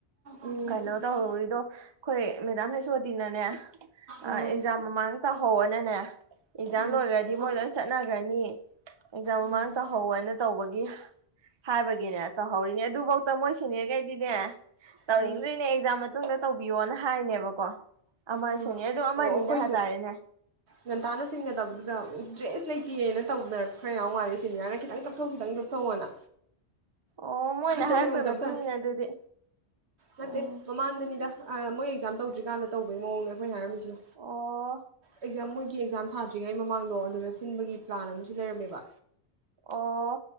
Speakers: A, on the right; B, on the right.
A: ꯎꯝ
B: ꯀꯩꯅꯣ ꯇꯧꯍꯧꯔꯤꯗꯣ ꯑꯩꯈꯣꯏ ꯃꯦꯗꯥꯝ ꯍꯦꯁꯑꯣꯗꯤꯅꯅꯦ ꯑꯦꯛꯖꯥꯝ
A: ꯑꯥ
B: ꯃꯃꯥꯡ ꯇꯧꯍꯧꯅꯅꯦ ꯑꯦꯛꯖꯥꯝ
A: ꯎꯝ
B: ꯂꯣꯏꯈ꯭ꯔꯗꯤ
A: ꯑ
B: ꯃꯣꯏ ꯂꯣꯏ ꯆꯠꯅꯈ꯭ꯔꯅꯤ ꯑꯦꯛꯖꯥꯝ ꯃꯃꯥꯡ
A: ꯎꯝ
B: ꯇꯧꯍꯧꯅ ꯇꯧꯕꯒꯤ ꯍꯥꯏꯕꯒꯤꯅꯦ ꯇꯧꯍꯧꯔꯤꯅꯦ ꯑꯗꯨꯐꯧꯗ ꯃꯣꯏ ꯁꯤꯅꯤꯌꯔ ꯒꯩꯗꯤꯅꯦ ꯇꯧꯅꯤꯡꯗ꯭ꯔꯤꯅꯦ
A: ꯎꯝ
B: ꯑꯦꯛꯖꯥꯝ ꯃꯇꯨꯡꯗ ꯇꯧꯕꯤꯌꯣꯅ ꯍꯥꯏꯅꯦꯕꯀꯣ ꯑꯃ
A: ꯎꯝ
B: ꯁꯦꯅꯤꯌꯔꯗꯨ ꯑꯃꯅꯤꯅ
A: ꯑꯣ ꯑꯩꯈꯣꯏꯁꯨ
B: ꯍꯥꯏꯇꯥꯔꯦꯅꯦ
A: ꯉꯟꯇꯥꯅ ꯁꯤꯟꯒꯗꯕꯗꯨꯗ ꯗ꯭ꯔꯦꯁ ꯂꯩꯇꯦꯅ ꯇꯧꯗꯅ ꯈꯔ ꯌꯥꯎ ꯃꯥꯜꯂꯦ ꯁꯦꯅꯤꯌꯥꯔꯅ ꯈꯤꯇꯪ ꯇꯞꯊꯣ ꯈꯤꯇꯪ ꯇꯞꯊꯣꯑꯅ
B: ꯑꯣ ꯃꯣꯏꯅ
A: ꯑꯗꯩ
B: ꯍꯥꯏꯔꯛꯄꯩ
A: ꯑꯃꯨꯛ ꯇꯞꯊꯔꯦ
B: ꯃꯇꯨꯡ ꯏꯟꯅ ꯑꯗꯨꯗꯤ
A: ꯅꯠꯇꯦ
B: ꯎꯝ
A: ꯃꯃꯥꯡꯗꯅꯤꯗ ꯑ ꯃꯣꯏ ꯑꯦꯛꯖꯥꯝ ꯇꯧꯗ꯭ꯔꯤꯀꯥꯟꯗ ꯇꯧꯕꯩ ꯃꯑꯣꯡꯅꯦ ꯑꯩꯈꯣꯏꯅ ꯍꯥꯏꯔꯝꯃꯤꯁꯦ
B: ꯑꯣ
A: ꯑꯦꯛꯖꯥꯝ ꯃꯣꯏ ꯒꯤ ꯑꯦꯛꯖꯥꯝ ꯊꯥꯗ꯭ꯔꯤꯉꯩ ꯃꯃꯥꯡꯗꯣ ꯑꯗꯨꯗ ꯁꯤꯟꯕꯒꯤ ꯄ꯭ꯂꯥꯟ ꯑꯃꯁꯨ ꯂꯩꯔꯝꯃꯦꯕ
B: ꯑꯣ